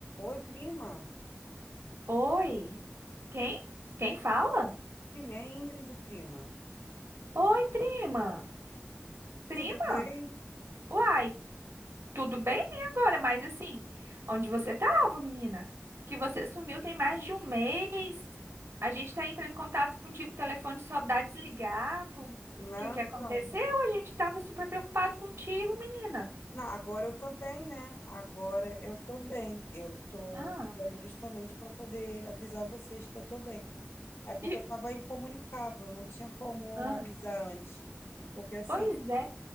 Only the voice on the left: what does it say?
Oi, prima.
Prima, é Ingrid, prima.
Tudo bem?
Não,
então.
Não, agora eu tô bem, né? Agora eu tô bem. Eu tô
ligando justamente para poder avisar vocês que eu tô bem. É porque
eu tava incomunicável, não tinha como
avisar antes. Porque assim,